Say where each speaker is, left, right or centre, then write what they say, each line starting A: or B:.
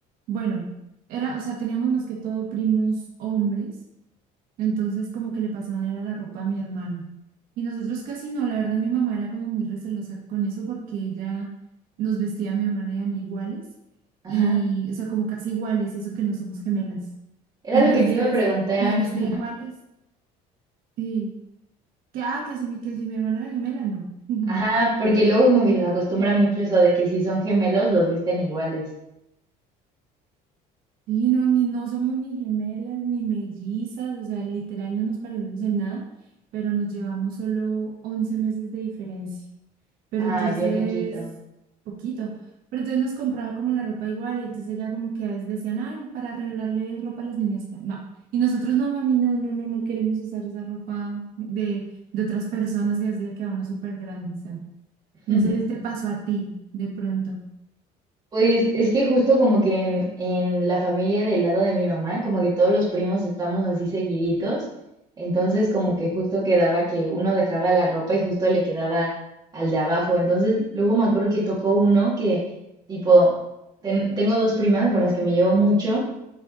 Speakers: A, on the right; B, on the right.
A: bueno, era, o sea, teníamos más que todo primos hombres. Entonces como que le pasaban era la ropa a mi hermano. Y nosotros casi no, la verdad mi mamá era como muy recelosa con eso porque ella nos vestía a mi hermana y a mí iguales.
B: Ajá.
A: Y, o sea, como casi iguales, y eso que no somos gemelas. <laughs>
B: Era
A: Entonces
B: lo que te iba a preguntar.
A: nos vestía
B: <laughs>
A: iguales. Sí. Que, ah, que si mi, que si mi hermana era gemela, no. <laughs>
B: Ajá, porque luego como que se acostumbra
A: Eh,
B: mucho eso de que si son gemelos los visten iguales.
A: Sí, no, ni, no somos ni gemelas ni mellizas, o sea, literal no nos parecemos en nada, pero nos llevamos solo 11 meses de diferencia. Pero
B: Ay,
A: entonces,
B: bien poquito.
A: poquito. Pero entonces nos compraba como la ropa igual y entonces ella como que a veces decían, ay, para regalarle ropa a las niñas. No. Y nosotros, no, mami, no, no, no, no queremos usar esa ropa de, de otras personas que a veces le queda a uno súper grande. O sea, no
B: <laughs>
A: sé si te pasó a ti de pronto.
B: Pues es que justo como que en, en la familia del lado de mi mamá, como que todos los primos estamos así seguiditos, entonces como
A: Sí,
B: que justo quedaba que uno dejaba la ropa y justo le quedaba al de abajo, entonces luego me acuerdo que tocó uno que tipo, ten- tengo dos primas con las que me llevo mucho